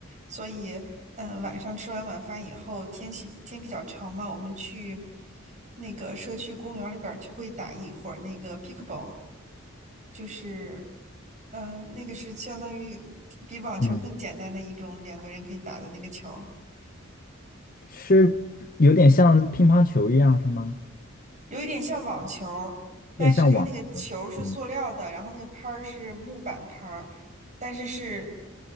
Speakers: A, on the right; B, on the left.
A: 所以嗯、呃晚上吃完晚饭以后，天气天比较长嘛，我们去那个社区公园里边儿就会打一会儿那个 pickleball，就是嗯、呃那个是相当于比网球更简单的一种两个人可以打的那个球儿。
B: 嗯，是有点像乒乓球一样是吗？
A: 有一点像网球儿但是它那个球儿是塑料的，
B: 有点像网球。嗯。
A: 然后那个拍儿是木板拍儿，但是是